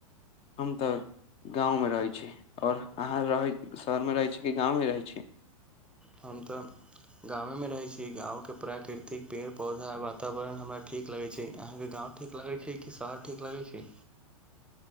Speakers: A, on the left; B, in the centre.
A: हम तऽ गाँवमे रहै छी आओर अहाँ रहै शहरमे रहै छी कि गाँवमे रहै छी
B: हम तऽ गामे मे रहै छी गाँव प्राकृतिक पेड़ पौधा वातावरण हमरा ठीक लगै छै अहाँके गाँव ठीक लगै छै कि शहर ठीक लगै छै